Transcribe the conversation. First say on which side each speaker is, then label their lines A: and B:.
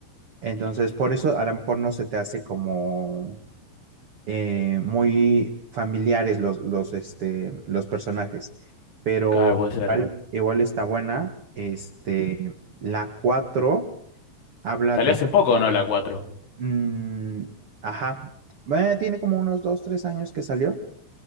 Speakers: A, on the right; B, on the left.
A: Entonces, por eso a lo mejor no se te hace como eh, muy familiares los, los, este, los personajes. Pero
B: claro, puede ser.
A: igual, igual está buena. Este, la cuatro habla
B: Salió
A: de.
B: hace poco, ¿no? La cuatro
A: mm, ajá. eh, tiene como unos dos, tres años que salió